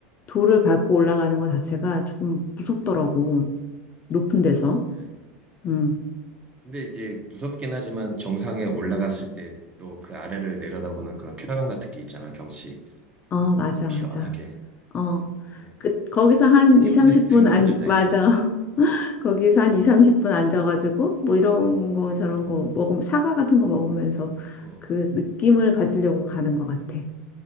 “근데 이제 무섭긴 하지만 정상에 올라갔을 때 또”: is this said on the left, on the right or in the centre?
Right